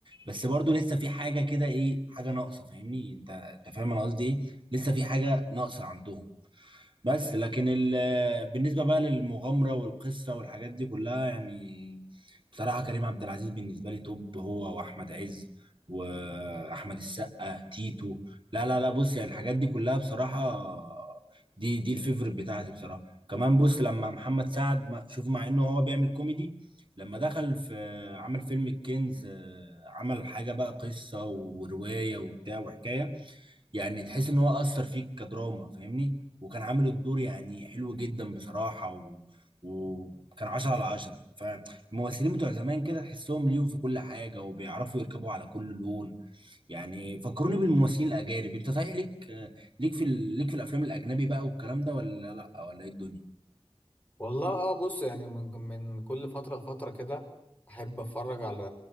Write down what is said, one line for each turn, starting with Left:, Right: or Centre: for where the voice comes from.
Right: بس برضو لسه في حاجه كده ايه حاجه ناقصه فاهمني انت انت فاهم انا قصدي ايه لسه في حاجه ناقصه عندهم بس لكن ال... بالنسبة بقى للمغامرة والقصة والحاجات دي كلها يعني بصراحة كريم عبد العزيز بالنسبة لي توب هو وأحمد عز وأحمد السقا تيتو لا لا لا بص يعني الحاجات دي كلها بصراحة دي دي الفيفوريت بتاعتي بصراحة كمان بص لما محمد سعد ما- شوف مع إنه هو بيعمل كوميدي لما دخل في عمل فيلم الكنز آه، عمل حاجة بقى قصة ورواية وبتاع وحكاية يعني تحس ان هو اثر فيك كدراما فاهمني وكان عامل الدور يعني حلو جدا بصراحه و... وكان 10 على 10 فالممثلين بتوع زمان كده تحسهم ليهم في كل حاجه وبيعرفوا يركبوا على كل لون يعني فكروني بالممثلين الاجانب انت صحيح ليك ليك في ال... ليك في الافلام الاجنبي بقى والكلام ده ولا لا ولا ايه الدنيا
Left: والله اه بص يعني من من كل فترة لفترة كده أحب أتفرج على